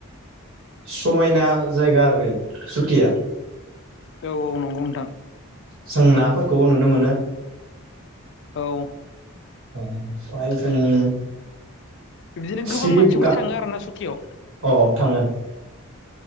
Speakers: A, on the right (about 70°); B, on the left (about 55°).
A: समायना जायगा आरो बे सुकिया!
B: औ औ नंगौ नोथां
A: जों नाफोरखौबो नुनो मोनो।
B: औ
A: अ बहाय जोंनि
B: बिदिनो गोबां
A: सिरि
B: मानसिफोर
A: बुगाखो
B: थाङो आरोना सुकियाव
A: अ थाङो